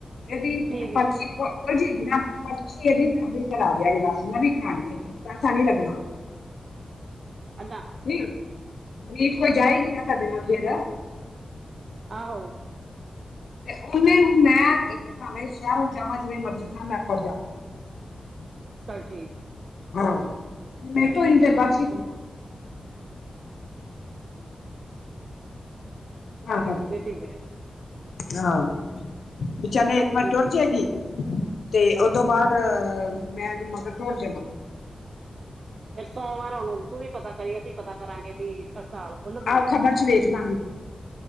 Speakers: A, on the left; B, on the right.
A: ਏਦੀ
B: ਠੀਕ
A: ਪਰਚੀ
B: ਏ
A: ਭਜੀ ਨਾ ਪਰੱਚੀ ਇਹਦੀ ਨਾਂ ਦੀ ਕਰਾ ਦੇਆ ਜੇ ਬਸ ਨਵੀ ਕਰਾਣੀ ਏ ਪੈਸਾ ਨੀ ਲੱਗਣਾ।
B: ਅਦਾ
A: ਠੀਕ, ਪ੍ਰਿਤ ਕੋਲ ਜਾਏਗੀ ਨਾ ਸਾਡੀ <unintelligible>
B: ਆਹੋ।
A: ਤੇ ਉਹਨੇ ਨੂੰ ਮੈਂ ਕ-ਕ ਭਾਵੇਂ ਸ਼ਹਿਰੋ ਜਾਵਾਂ ਜਿਵੇਂ ਮਰਜੀ ਜਾਵਾਂ ਮੈਂ ਪੋਂਚ ਜਾਂਗੀ।
B: ਚਲ ਠੀਕ
A: ਹਾਂ ਨਟੋ ਹਦੇ ਬਰਸ <unintelligible>
B: ਹਾਂ
A: ਤਾਂ ਕਰਕੇ
B: ਇਹ ਠੀਕ ਹੈ
A: ਹਾਂ ਵਿ ਚਾਲ ਏ ਮੈਂ
B: ਇਹ
A: ਤੁਰ
B: ਠੀਕ
A: ਜੇਗੀ,
B: ਹੈ
A: ਤੇ
B: ਅੱਛਾ
A: ਉਦੋਂ ਬਾਅਦ ਮੈਂ ਏਦੇ ਮਗਰ ਤੁਰ ਜਾਵਾਂਗੀ।
B: ਫੇਰ ਸੋਮਵਾਰ ਹੁਣ ਤੂੰ ਵੀ ਪਤਾ ਕਰੀ ਅਸੀਂ ਪਤਾ ਕਰਾਂਗੇ ਵੀ ਹੜਤਾਲ ਖੁੱਲ ਗਈ
A: ਆਹੋ
B: ਹੈ
A: ਖੱਬਰਾ ਚ ਦੇਖ ਦਾਗੀ ਮੈੰ।